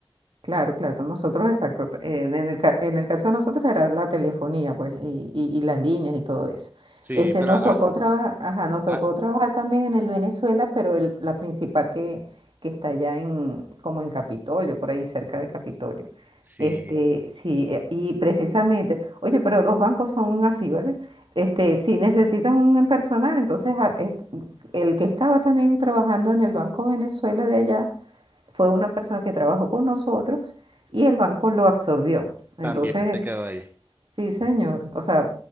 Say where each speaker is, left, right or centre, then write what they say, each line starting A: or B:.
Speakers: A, on the right; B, on the right.
A: Claro, claro, nosotros exacto. eh, en el, ca- en el caso de nosotros era la telefonía, pues, y, y- y las líneas y todo eso.
B: Sí,
A: Este,
B: pero
A: nos
B: ah,
A: tocó trabajar, ajá, nos tocó
B: ah,
A: trabajar también en el Venezuela, pero el- la principal que, que está allá en, como en Capitolio, por ahí cerca de Capitolio.
B: sí,
A: Este, sí, eh, y precisamente, oye, pero los bancos son así, ¿vale? Este, si necesitan un personal, entonces a- es- el que estaba también trabajando en el Banco Venezuela de allá fue una persona que trabajó con nosotros y el banco lo absorbió. Entonces,
B: también se quedó ahí.
A: sí, señor, o sea,